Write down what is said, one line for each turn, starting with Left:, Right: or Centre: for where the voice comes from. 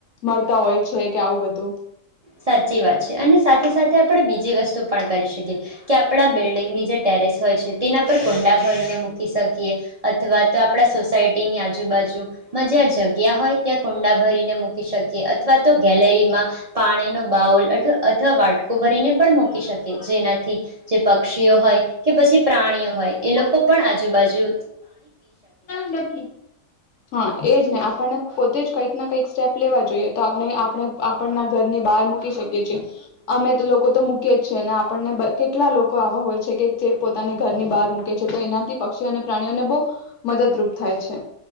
Left: મરતા હોય છે કે આવું બધું
Right: સાચી વાત છે અને સાથે સાથે આપણે બીજી વસ્તુ પણ કરી શકીએ કે આપણા બિલ્ડિંગની જે ટેરેસ હોય છે તેના પર કુંડા ભરીને મૂકી શકીએ અથવા તો આપણા સોસાયટીની આજુબાજુમાં જ્યાં જગ્યા હોય ત્યાં કુંડા ભરીને મૂકી શકીએ અથવા તો ગેલેરીમાં પાણી ન બાઉલ અથ અથવા વાટકો ભરીને પણ મૂકી શકે. જેનાથી જે પક્ષીઓ હોય કે પછી પ્રાણીઓ હોય એ લોકો પણ આજુબાજુ
Left: <inaudible> હા એજ ને આપણને. પોતે જ કંઈક ના કંઈક સ્ટેપ લેવા જોઈએ. તો આપણે આપણે આપણના ઘરની બહાર મૂકી શકીએ છીએ. અમે લોકો તો મૂકી જ છે. ને આપણને કેટલા લોકો આવા હોય છે કે, જે પોતાની ઘરની બહાર મૂકે છે. તો એનાથી પક્ષીઓ અને પ્રાણીઓને બહ મદદરૂપ થાય છે.